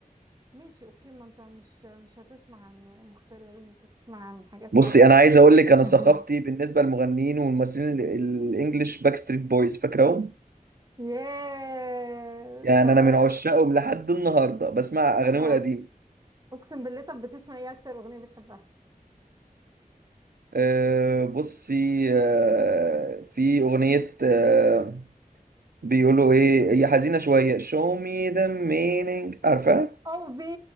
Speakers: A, on the right; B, on the right.
A: ماشي اوكي ما انت مش مش هتسمع عن مخترعين انت تسمع عن حاجات
B: بصي
A: عبيطة
B: انا عايز اقول لك انا
A: أها.
B: ثقافتي بالنسبه للمغنيين والممثلين ال- الانجليش باك ستريت بويز فاكرهم
A: ياه
B: يعني
A: لا
B: انا من عشاقهم لحد النهارده بسمع اغانيهم
A: اه
B: القديمه
A: اقسم بالله طب بتسمع ايه اكتر اغنيه بتحبها
B: أه بصي أه في اغنيه أه بيقولوا ايه هي حزينه شويه show me the meaning عارفه
A: او بي